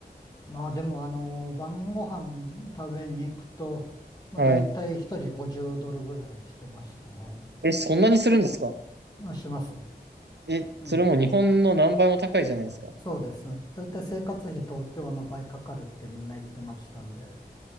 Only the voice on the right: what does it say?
はい。え、そんなにするんですか
え、
それも日本の何倍も高いじゃないですか。